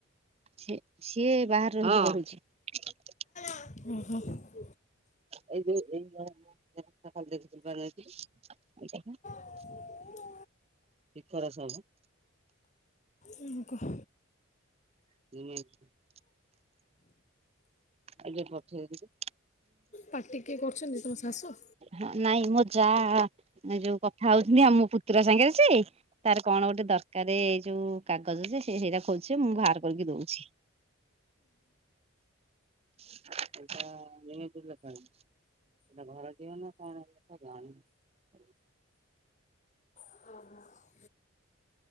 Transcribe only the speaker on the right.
ସେ ସିଏ ବାହରେ ରହିକି ପଢୁଛି।
<unintelligible>
ଏ ଖରା ସମ
ଉଁ ଆଉ ଟିକେ ପଠେଇଦେଇଥିଲି।
ହଁ ନାଇଁ ମୋ ଯାଆ ଯୋଉ କଥା ହଉଛନ୍ତି ଆଉ ମୋ ପୁତୁରା ସାଙ୍ଗରେ ସେ ତାର କଣ ଗୋଟେ ଦରକାର ଏଇ ଯୋଉ କାଗଜ ଯେ ସେଇଟା ଖୋଜୁଛି ଯେ ମୁଁ ବାହାର କରିକି ଦୋଉଛି। ସେଇଟା ନି ଲୋକ ସେଟା ଘର ଯିବ ନା କଣ ପ୍ରଧାନ